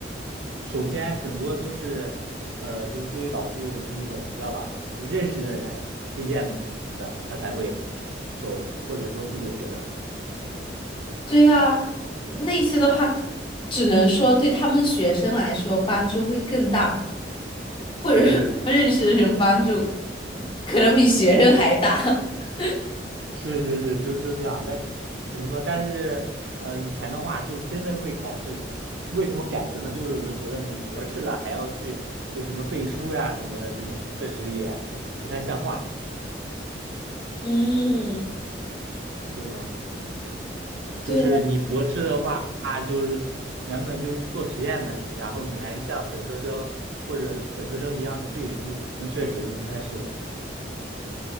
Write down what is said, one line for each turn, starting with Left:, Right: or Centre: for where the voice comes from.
Right: 首先很多都是，呃，就就会导致那种你知道吧，认识的人推荐的，他才会收，或者说自己的学生。
Left: 对呀，那些的话，只能说对他们学生来说帮助会更大，或者是他们认识的人帮助
Right: 对。
Left: 可能比学生还大。<laughs>
Right: 是是是，就就这样。但是怎么说？但是呃，以前的话就真的会考试。为什么改革呢？就是有人觉得你博士了还要去就什么背书呀什么的，这种确实也不太像话，
Left: 嗯，
Right: 对吧？就是你博士的话，
Left: 对呀，
Right: 就是原本就是做实验的，你然后你还像本科生或者本科生一样去背书，那确实不太适合。